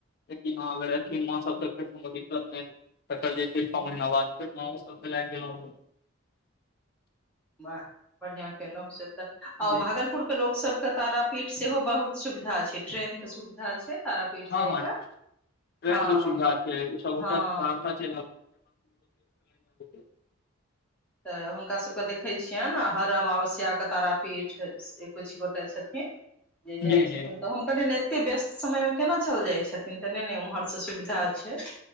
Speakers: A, on the left (about 45°); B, in the centre.
A: लेकिन हँ अगर एथिन माँ सब तऽ र कोनो दिक्कत नहि तर जे छै छओ महीना बाद फेर माँ सबके लागि गेल <inaudible>
B: वाह बढ़ियां केलहुँ से तऽ
A: जी
B: भागलपुर के लोकसभ क तारा पीठ सेहो बहुत सुविधा छै ट्रेन के सुविधा छै तारापीठ
A: हँ
B: जायके
A: हँ ट्रेन
B: हँ
A: के सुविधा
B: तऽ
A: छै सब
B: हँ
A: खत <inaudible>
B: तऽ हुनका सभके देखैत छियनि हर अमावस्याके तारापीठ किछ गोटे छथिन जे जाइ
A: जी जी
B: छथिन तऽ हम कहलियै ने एते व्यस्त समयमे केना चलि जाइत छथिन तऽ नहि ने ओम्हरसँ सुविधा छै